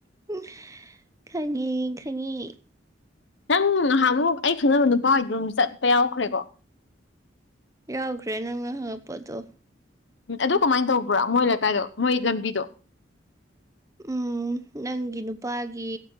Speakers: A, on the right (about 20°); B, on the left (about 70°).
A: ꯍꯨꯝ ꯈꯪꯉꯤ ꯈꯪꯉꯤ
B: ꯅꯪ ꯉꯍꯥꯟꯃꯨꯛ ꯑꯩ ꯈꯪꯅꯕ ꯅꯨꯄꯥ ꯍꯣꯏꯗꯥ ꯆꯠꯄ ꯌꯥꯎꯈ꯭ꯔꯦꯀꯣ
A: ꯌꯥꯎꯈ꯭ꯔꯦ ꯅꯪꯅ ꯍꯪꯉꯛꯄꯗꯣ
B: ꯑꯗꯨ ꯀꯃꯥꯏꯅ ꯇꯧꯕ꯭ꯔꯥ ꯃꯣꯏ ꯂꯩꯀꯥꯏꯗꯣ ꯃꯣꯏ ꯂꯝꯕꯤꯗꯣ
A: ꯎꯝ ꯅꯪꯒꯤ ꯅꯨꯄꯥꯒꯤ